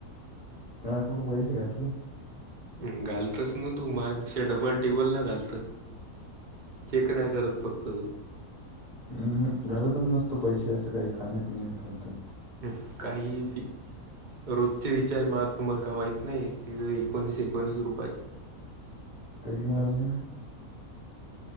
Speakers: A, on the left; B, on the right.
A: ह. कुठे पैसे घातले?
B: हं. घालितोच ना तू माय- डबल टिबल न घालतो. चेक नाही करत फक्त तू.
A: हम्म. मी घालतच नसतो पैसे असं काही खाण्यापिण्यात फालतू.
B: फ काही बी. रोजचे रिचार्ज मार. तुम्हाला काय माहीत नाही? एकोणीस एकोणीस रुपयाचे.
A: कधी मारले?